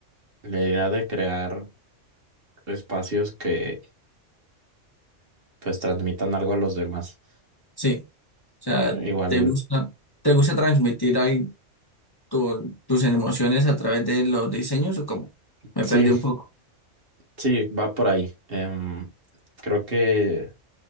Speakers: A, on the right; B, on the left.
A: la idea de crear espacios que pues transmitan algo a los demás.
B: Sí, o sea,
A: Igual,
B: ¿te gusta, te gusta transmitir ahí tu- tus emociones a través de los diseños o cómo? Me
A: sí.
B: perdí un poco.
A: Sí, va por ahí. Em, creo que